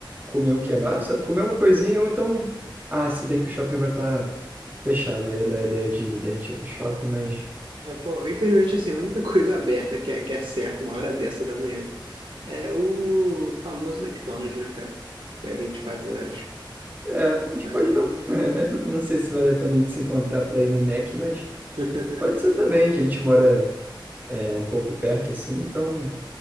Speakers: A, on the right; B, on the right.
A: Comer um kebab,
B: Tá.
A: sabe? Comer uma coisinha ou então. Ah, se bem que o shopping vai estar fechado, eu ia dar a ideia de, da gente ir pro shopping, mas.
B: É, pô, infelizmente, assim, a única <laughs> coisa aberta que é, que é certo uma hora dessa da manhã é o famoso McDonald's, né, cara? Que é 24 horas.
A: É, a gente
B: Mas
A: pode
B: aí.
A: não. <laughs> Não sei se vale a pena a gente se encontrar pra ir no Mac, mas
B: <laughs>
A: pode ser também. A gente mora é, um pouco perto, assim, então